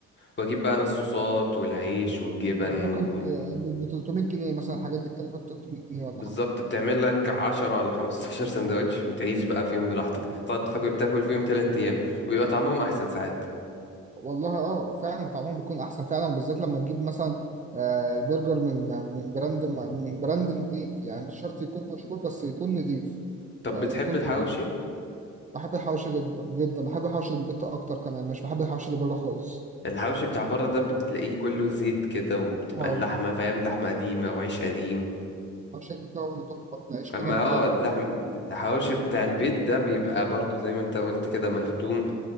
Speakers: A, on the left (about 35°); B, on the right (about 25°).
A: واجيب بقى انا الصوصات والعيش والجبن
B: ممكن
A: وال...
B: ب 300 جنيه مثلا الحاجات دي بتكلفك 300 جنيه ولا
A: بالظبط
B: حاجة
A: بتعمل لك 10 ولا 15 سندوتش وتعيش بقى فيهم براحتك تقعد فاك- تاكل فيهم 3 ايام ويبقى طعمهم احسن ساعات
B: والله اه فعلا طعمهم بيكون احسن فعلا وبالذات لما تجيب مثلا آه، برجر من من براند من براند نضيف يعني مش شرط يكون مشهور بس يكون نضيف
A: طب
B: آه،
A: بتحب
B: يكون
A: الحواوشي
B: نضيف بحب الحواوشي جدا جدا بحب الحواوشي البيت اكتر كمان مش بحب الحواوشي اللي بره خالص
A: الحواوشي بتاع بره ده بتلاقيه كله زيت كده وبتبقى
B: اه
A: اللحمه فاهم لحمه قديمه وعيش قديم
B: الحواوشي البيت ده هو اللي تحفه العيش
A: اما
B: كده البلد
A: اه اللحم الحواوشي بتاع البيت ده بيبقى برضو زي ما انت قلت كده مخدوم